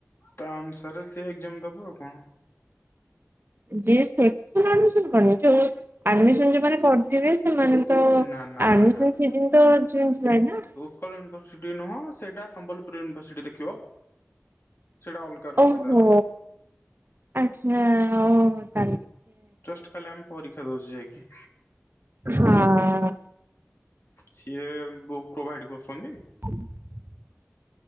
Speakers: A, on the left (about 55°); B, on the right (about 50°).
A: ତା ଅନୁସାରେ ସି ଏକ୍ଜାମ ଦବ ଆଉ କଣ।
B: ଯ ସେସ ଆଡମିନ କରନ ଯୋଉ ଆଡମିସନ ଯୋମାନେ କରିଥିବେ ସେମାନେ ତ
A: ନା ନା
B: ଆଡମିସ
A: ନା
B: ସେଦିନ ତ ନା।
A: ନିରସିଟି ନୁହଁ ସେଇଟା ସମ୍ବଲପୁର ୟୁନିଭରସିଟି ଦେଖିବ ସେଟା ଅଲଗା ରହୁଛି
B: ଓହୋ
A: ତାର
B: ଆଚ୍ଛା ଓୋ ତା
A: ଫଷ୍ଟ କାଲି ଆମେ ପରୀକ୍ଷା ଦଉୁ ଯାଇକି।
B: ହଁ।
A: ସିଏ ବୁକ୍ ପ୍ରୋଭାଇଡ କରୁଛନ୍ତି।
B: <unintelligible>